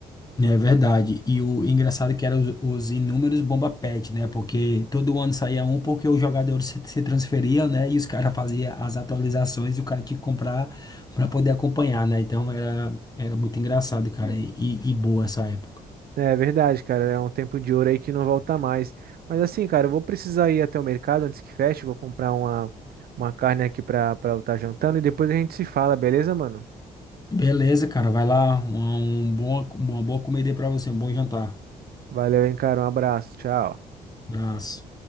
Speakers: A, on the left; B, on the right.
A: É verdade. E o engraçado é que eram os, os inúmeros bomba pet, né? Porque todo ano saía um porque os jogadores se, se transferiam, né? E os caras faziam as atualizações e o cara tinha que comprar para poder acompanhar, né? Então era, era muito engraçado, cara, e, e e boa essa época.
B: É verdade, cara. É um tempo de ouro aí que não volta mais. Mas assim, cara, eu vou precisar ir até o mercado antes que feche. Vou comprar uma, uma carne aqui pra, pra eu estar jantando e depois a gente se fala, beleza, mano?
A: Beleza, cara, vai lá. Uma, um bom, uma boa comida aí pra você, um bom jantar.
B: Valeu, hein, cara. Um abraço. Tchau.
A: Abraço.